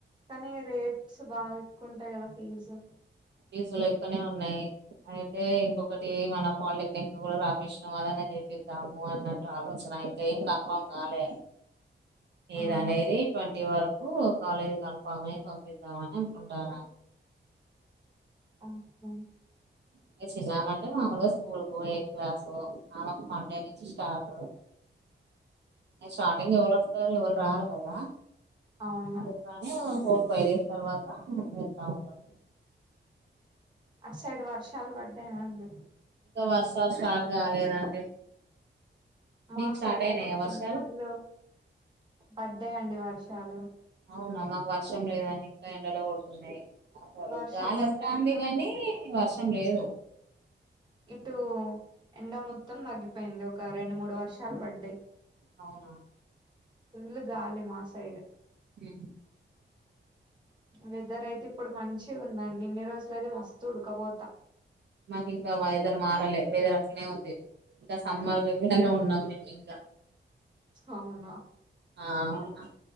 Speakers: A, on the right; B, on the right.
A: కానీ రేట్స్ బాగా ఎక్కువంటాయి కదా ఫీజు
B: ఫీసులు ఎక్కువనే ఉన్నాయి అయితే ఇంకొకటి మన పాలిటెక్నిక్ కూడా రాపిసినం అదైనా చేపిద్దాము అన్నట్టు ఆలోచన అయితే ఏం కన్ఫామ్ కాలే ఏద
A: అవునా
B: అనేది ట్వంటీ వర్ కూ కాలేజ్ కన్ఫామ్ అయి పంపిద్దామని అనుకుంటాన
A: ఆహా
B: ఇంక చిన్నమ అంటే మామూలుగా స్కూల్ కు ఎయిత్ క్లాస్ మామకు మండే నుంచి స్టార్ట్ నె స్టార్టింగ్ ఎవళ వస్తారు ఎవరు రారు కదా
A: అవును
B: అందుకనె ఓహో ఫైవ్ డేస్ తర్వాత వెళ్తా ఉంటది.
A: అటు సైడ్ వర్షాలు పడ్డాయా అండి
B: ఇంక వర్షాలు స్టార్ట్ కాలేదండి
A: మా
B: మీకు
A: సైడ్
B: స్టార్ట్
A: అయితే
B: అయినాయా
A: ఫుల్లు
B: వర్షాలు
A: పడ్డయండి వర్షాలు
B: అవునా మాకు వర్షం లేదండి ఇంకా ఎండలు కొడుతున్నాయి అసలు
A: వర్షం
B: గాలి
A: పడ్డాక
B: వస్తాంది గానీ వర్షం సమ్ లేదు
A: ఇటు ఎండ మొత్తం తగ్గిపోయింది ఒక రెండు, మూడు వర్షాలు పడ్డాయి.
B: అవునా
A: ఫుల్ గాలి మాసైడు
B: ఉ
A: వెదర్ అయితే ఇప్పుడు మంచి ఉందండి ఇన్ని రోజులు అయితే మస్తు ఉడకపోతా
B: మాకు ఇంకా వేదరు మారలె వేద రకనే ఉంది ఇంకా సమ్మర్గానే ఉన్నామ్ మేము ఇంకా
A: అవునా
B: ఆవునా